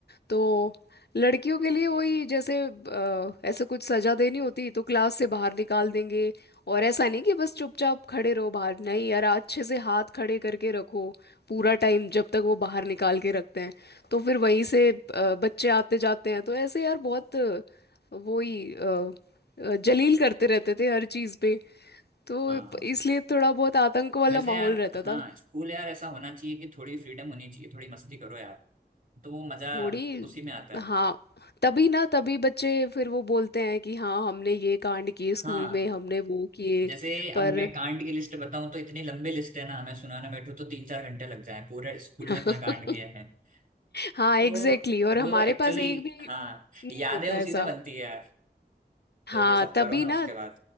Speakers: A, on the left; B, on the right.
A: तो लड़कियों के लिए वही जैसे अ, ऐसे कुछ सजा देनी होती तो क्लास से बाहर निकाल देंगे और ऐसा नहीं कि बस चुपचाप खड़े रहो बाहर नहीं यार अच्छे से हाथ खड़े करके रखो पूरा टाइम जब तक वो बाहर निकाल के रखते हैं तो फिर वहीं से अ, बच्चे आते जाते हैं तो ऐसे यार बहुत अ, वो ही अ, अ, जलील करते रहते थे हर चीज़ पे तो
B: हाँ
A: इसलिए थोड़ा बहुत आतंक वाला
B: वैसे यार
A: माहौल रहता
B: हाँ
A: था
B: स्कूल यार ऐसा होना चाहिए कि थोड़ी फ्रीडम होनी चाहिए थोड़ी मस्ती करो यार तो वो मजा
A: थोड़ी
B: उसी में आता है
A: हाँ तभी ना तभी बच्चे फिर वो बोलते हैं कि हाँ हमने ये कांड किए स्कूल
B: हाँ
A: में हमने वो किए
B: जैसे अब
A: पर
B: मैं कांड की लिस्ट बताऊं तो इतनी लंबी लिस्ट है ना मैं सुनाने बैठूं तो तीन चार घंटे लग जाए पूरे स्कूल
A: <laughs>
B: में इतना कांड किया है तो
A: हाँ एग्जैक्टली exactly, और
B: वो
A: हमारे
B: एक्चुअली
A: पास एक भी
B: हाँ
A: नहीं
B: यादें
A: होता
B: उसी
A: ऐसा
B: से बनती है यार
A: हाँ
B: जो ये सब
A: तभी
B: करो ना
A: ना
B: उसके बाद